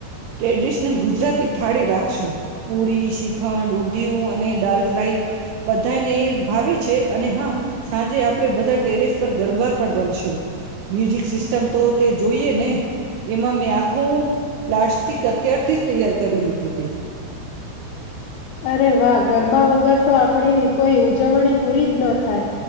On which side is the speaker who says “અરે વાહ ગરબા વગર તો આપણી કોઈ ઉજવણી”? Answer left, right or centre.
Left